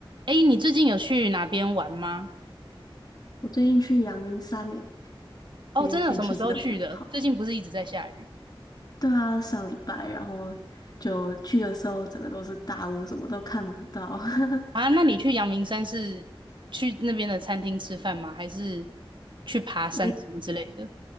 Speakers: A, on the right; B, on the left.
A: 哎，你最近有去哪边玩吗？
B: 我最近去阳明山诶，
A: 哦，
B: 因为天气真的不好。
A: 真的有什么时候去的？最近不是一直在下雨
B: 对啊，上礼拜，然后就去的时候，整个都是大雾，什么都看不到。<laughs>
A: 啊？那你去阳明山是去那边的餐厅吃饭吗？还是去爬山什么之类的？
B: 诶，